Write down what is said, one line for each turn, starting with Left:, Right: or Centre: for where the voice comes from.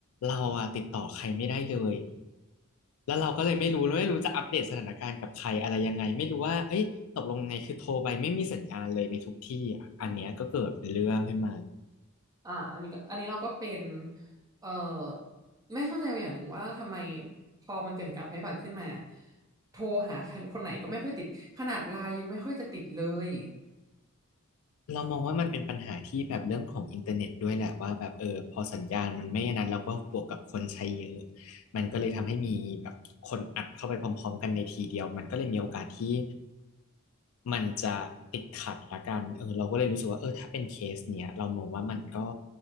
Left: เราอะติดต่อใครไม่ได้เลยแล้วเราก็เลยไม่รู้แล้วไม่รู้จะอัปเดตสถานการณ์กับใครอะไรยังไงไม่รู้ว่าเอ้ยตกลงไงคือโทรไปไม่มีสัญญาณเลยในทุกที่อ่ะอันเนี้ยก็เกิดเป็นเรื่องขึ้นมา
Right: อ่าอันนี้ก็อันนี้เราก็เป็นเอ่อไม่เข้าใจอย่างหนึ่งว่าทำไมพอมันเกิดเหตุการณ์ภัยพิบัติขึ้นมาโทรหาใครคนไหนก็ไม่ค่อยติดขนาดไลน์ยังไม่ค่อยจะติดเลย
Left: เรามองว่ามันเป็นปัญหาที่แบบเรื่องของอินเทอร์เน็ตด้วยแหละว่าแบบเออพอสัญญาณมันไม่อนนั้นเราก็บวกกับคนใช้เยอะ มันก็เลยทำให้มีแบบคนอัดเข้าไปพร้อมๆกันในทีเดียวมันก็เลยมีโอกาสที่มันจะติดขัดละกันเออเราก็เลยรู้สึกว่าเออถ้าเป็นเคสเนี้ยเรามองว่ามันก็